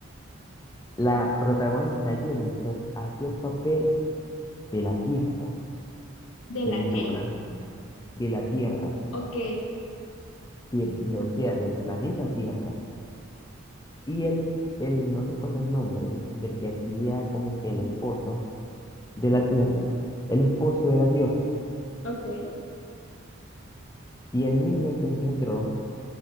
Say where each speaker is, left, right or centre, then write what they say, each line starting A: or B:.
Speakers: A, on the left (about 15°); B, on the left (about 75°).
A: La protagonista Jennifer hacía el papel de la Tierra,
B: ¿de
A: de
B: la
A: nuestro
B: qué?
A: planeta, de la Tierra,
B: Ok,
A: del- o sea, del planeta Tierra. Y él, él, no recuerdo el nombre del que hacía como que el esposo de la Tierra, el esposo era Dios.
B: Ok,
A: Y el niño que engendró